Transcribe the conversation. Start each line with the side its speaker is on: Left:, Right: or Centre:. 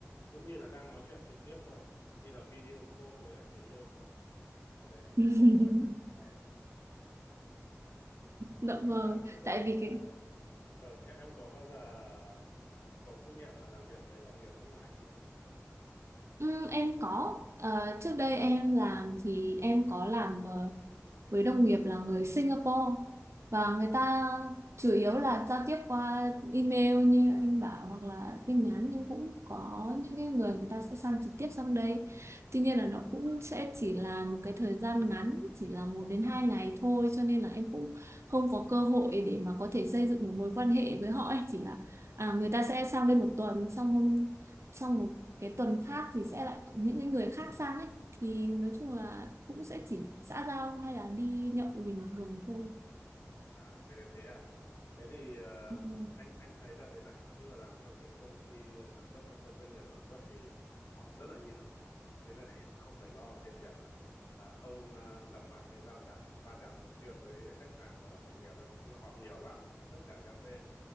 Left: cũng như là đang nói chuyện trực tiếp thôi như là video call với lại người yêu thôi cái đấy thì
Right: <laughs>
Left: cũng không có vấn đề gì to đâu ạ
Right: Dạ
Left: nhưng
Right: vâng,
Left: mà trước đây
Right: tại vì
Left: em
Right: cái
Left: Ờ, em em có bao giờ à, có kinh nghiệm nào làm việc với đồng nghiệp nước ngoài chưa?
Right: Ừ, em có Ờ, trước đây em làm thì em có làm ờ, với đồng nghiệp là người Singapore và người
Left: À,
Right: ta chủ yếu là giao tiếp qua email như anh bảo hoặc là tin nhắn nhưng cũng có những cái người người ta sẽ sang trực tiếp sang đây tuy nhiên là
Left: ờ,
Right: nó cũng sẽ chỉ là một cái thời gian ngắn chỉ là một đến hai ngày thôi cho nên là em cũng không có cơ hội để mà có thể xây dựng một mối quan hệ với họ ấy. chỉ là à, người ta sẽ sang đây một tuần xong hôm xong một cái tuần khác thì sẽ lại có những cái người khác sang ấy thì nói chung là cũng sẽ chỉ xã giao hay là đi nhậu bình thường thôi
Left: à thế thế à? Thế thì ờ,
Right: Nhậu
Left: anh anh thấy là thế này, tức là làm trong cái công ty sản xuất các cái doanh nghiệp sản xuất thì họp rất là nhiều. thế nên là <laughs> em không phải lo cái việc là là không à, gặp mặt hay giao chạm va chạm thường xuyên với khách hàng hoặc là đồng nghiệp đâu tức là họp nhiều lắm tất cả các bên